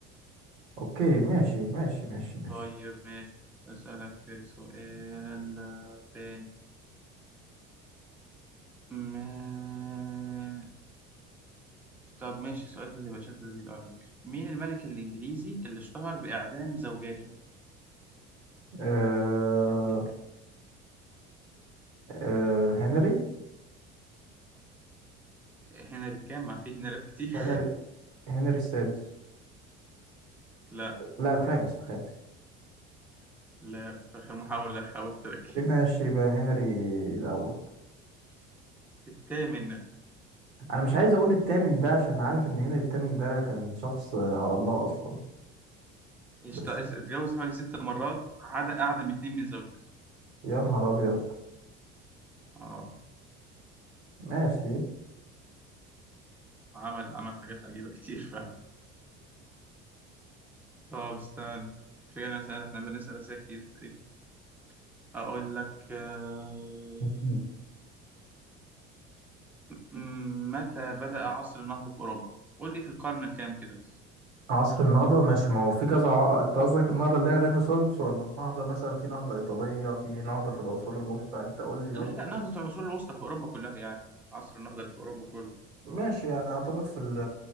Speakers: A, on the right (about 85°); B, in the centre.
A: اوكي ماشي ماشي ماشي ماشي
B: طيب ماشي أسألك سؤال تاني ما طب ماشي السؤال ده هيبقى شكله لذيذ على فكرة مين الملك الإنجليزي اللي اشتهر بإعدام زوجاته؟
A: آه...
B: كان بي...
A: آه... هنري
B: هنري كام؟ ما فيه هنريات كتير
A: هنري هنري السادس
B: <laughs> لا
A: لا الخامس الخامس
B: لا آخر محاولة حاول تركز
A: إيه، ماشي يبقى هنري الاول
B: الثامن
A: انا مش عايز اقول التامن ده عشان عارف ان هنري التامن ده كان شخص آه، على الله اصلا
B: اشت...
A: بس
B: اتجوز حوالي ست مرات عدا أعدم اتنين من زوجته
A: يا نهار ابيض
B: اه
A: ماشي
B: عمل عمل حاجات عجيبة كتير فعلا طب استنى في أنا سأل احنا بنسأل أسئلة كتير انت ايه أقول لك آه،
A: <laughs>
B: مم، متى بدأ عصر النهضة في أوروبا؟ قول لي في القرن الكام كده
A: عصر النهضة ماشي ما هو في كذا ع- انت قصدك النهضة اللي هي الرينيسانس ولا النهضة مثلا في نهضة إيطالية في نهضة في العصور الوسطى انت قول لي
B: لا
A: قصدك
B: لا نهضة
A: ايه
B: العصور الوسطى في أوروبا كلها يعني عصر النهضة اللي في أوروبا كله
A: ماشي يعني اعتقد في ال-